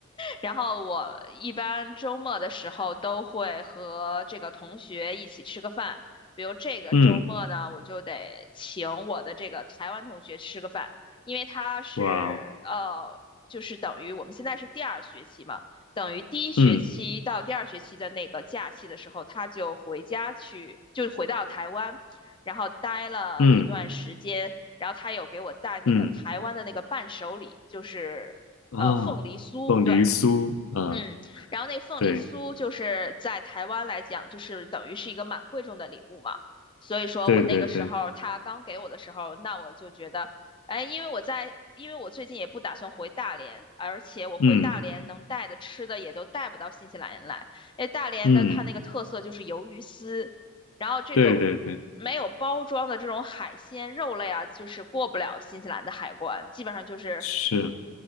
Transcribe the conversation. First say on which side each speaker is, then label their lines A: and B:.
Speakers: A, on the left; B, on the left.
A: 然后我一般周末的时候都会和这个同学一起吃个饭，比如这个周末呢，
B: 嗯，
A: 我就得请我的这个台湾同学吃个饭，因为他是呃，
B: 哇哦，
A: 就是等于我们现在是第二学期嘛，等于第一学期到第二学期的那个假期的时候，
B: 嗯
A: 他就回家去，就回到台湾，然后待了一段时间，
B: 嗯
A: 然后他有给我带那个台湾的那个伴手礼，
B: 嗯
A: 就是。
B: 啊，
A: 呃，凤梨酥，
B: 凤梨酥啊，
A: 对，嗯，然后那凤梨酥就是在台湾来讲，
B: 对
A: 就是等于是一个蛮贵重的礼物嘛。所以说我那个时候他刚给我的时候，
B: 对对对，
A: 那我就觉得，哎，因为我在，因为我最近也不打算回大连，而且我回大连能带的吃的也都带不到新西兰来。
B: 嗯
A: 哎，大连的它那个特色就是鱿鱼丝，
B: 嗯，
A: 然后这种
B: 对对对，
A: 没有包装的这种海鲜肉类啊，就是过不了新西兰的海关，基本上就是
B: 是，